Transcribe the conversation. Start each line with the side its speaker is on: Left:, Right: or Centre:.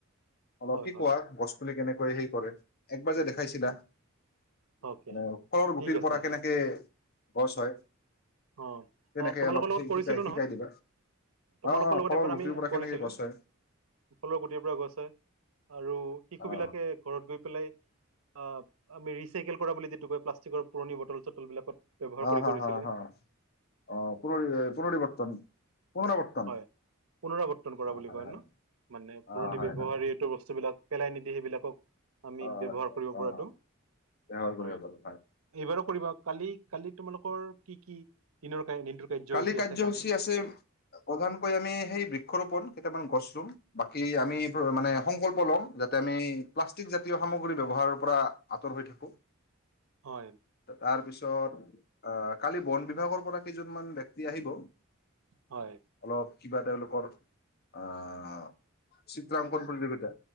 Left: অলপ
Right: হয়
Left: কি
Right: হয়
Left: কোৱা গছ পুলি কেনেকে সেই কৰে একবাৰ যে দেখাইছিলা মানে
Right: অকে
Left: ফলৰ গুটিৰ
Right: ঠিক আছে
Left: পৰা কেনেকে বছ হয়।
Right: অ'।
Left: তেনেকে
Right: অ', তোমালোকৰ
Left: অলপ
Right: লগত
Left: শ
Right: কৰিছ
Left: শিকাই
Right: লো
Left: শিকাই
Right: নহয়।
Left: দিবা
Right: তোমালোকৰ
Left: অ অ
Right: লগত
Left: ফলৰ
Right: এবাৰ
Left: গুটিৰ
Right: আমি
Left: পৰা
Right: কৰিছিলোঁ।
Left: কেনেকে গছ হয়
Right: ফলৰ গুটিৰ পৰা গছ হয় আৰু শিশুবিলাকে
Left: অ
Right: ঘৰত গৈ পেলাই অ' আমি ৰিচাইকেল কৰা বুলি যিটো কয়, প্লাষ্টিকৰ পুৰণি বটল-চটল বিলাকত ব্যৱহাৰ
Left: অ
Right: কৰি
Left: হ
Right: কৰিছিলে।
Left: হ হ অ পুনৰ পুনৰিৱৰ্তন পুনৰাৱৰ্তন
Right: হয় পুনৰাৱৰ্তন কৰা
Left: অ
Right: বুলি
Left: হয়
Right: কয় ন?
Left: হয়
Right: মানে
Left: অ
Right: পুৰণি
Left: হয়
Right: ব্যৱহাৰী
Left: হয়
Right: এইটো বস্তুবিলাক পেলাই নিদিয়ে সেইবিলাকক? আমি
Left: অ
Right: ব্যৱহাৰ কৰিব
Left: অ
Right: পৰাটো
Left: ব্যৱহাৰ কৰিব
Right: হয়
Left: পাৰো
Right: এইবাৰো কৰিবা। কালি কালি তোমালোকৰ কি কি দিনৰ কা দিনটোৰ কাৰ্যসূচী
Left: কালি কাৰ্যসূচী
Right: আছে কালি
Left: আছে প্ৰধানকৈ আমি সেই বৃক্ষৰোপন। কেইটামান গছ ৰুম বাকী কি আমি
Right: হ
Left: মানে সংকল্প ল'ম। যাতে আমি প্লাষ্টিক জাতীয় সামগ্ৰী ব্যৱহাৰৰ পৰা আঁতৰ হৈ থাকোঁ।
Right: হয়
Left: তাৰপিছত অ কালি বন বিভাগৰ পৰা কেইজন মান ব্যক্তি আহিব।
Right: হয়।
Left: অলপ কিবা তেওঁলোকৰ আহ্ চিত্ৰাংকন প্ৰতিযোগিতা।